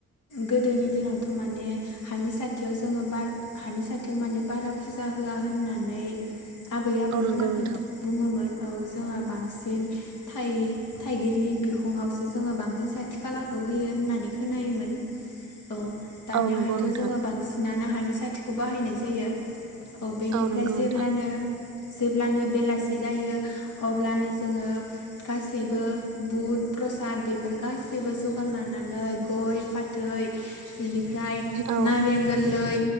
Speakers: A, on the left; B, on the right.
A: गोदोनि दिनावथ' माने हानि साथियाव जोङो बार हानि साथियाव माने बारा फुजा होया होननानै आबै आबौमोना
B: औ नंगौ
A: खोनथा
B: नोंथां
A: बुङोमोन औ जोंहा बांसिन थाइ थाइगिरनि बिखङावसो जोङो बांसिन सथि खालाखौ होयो होननानै खोनायोमोन औ दानियाहायथ'
B: औ नंगौ नोंथां
A: जोङो बांसिनानो हानि साथिखौ बाहायनाय जायो औ बेनिफ्राय
B: नंगौ
A: जेब्लानो
B: नोंथां
A: जेब्लानो बेलासि जायो अब्लानो जोङो गासैबो बुद प्रसाद बेफोर गासैबो जगार लानानै गय फाथै बिनि ओमफ्राय
B: औ
A: नारें गोरलै